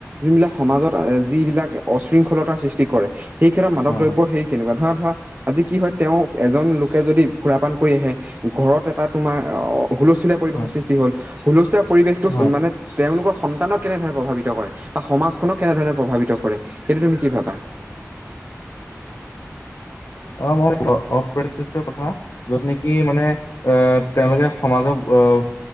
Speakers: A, on the right; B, on the left.
A: যোনবিলাক সমাজত যিবিলাক অশৃংখলতাৰ সৃষ্টি কৰে, সেই ক্ষেত্ৰত মাদকদ্ৰব্যৰ
B: হয় হয়
A: হৰি কেনেকুৱা ধৰা ধৰা আজি কি হয়, তেওঁ এজন লোকে যদি সুৰাপান কৰি আহে, ঘৰত এটা তোমাৰ হুলস্থুলীয়া পৰিৱেশৰ
B: হয়
A: সৃষ্টি হ'ল, হুলস্থুলীয়া পৰিৱেশটো
B: হয়।
A: মানে তেওঁলোকৰ সন্তানক কেনেধৰণে প্ৰভাৱিত কৰে, বা সমাজখনক কেনেধৰণে প্ৰভাৱিত কৰে, সেইটো তুমি কি ভাবা। <inaudible>
B: অ মই অ, অ, অপ্ৰয়োয্য কথা যত নেকি মানে আহ তেওঁলোকে সমাজক আহ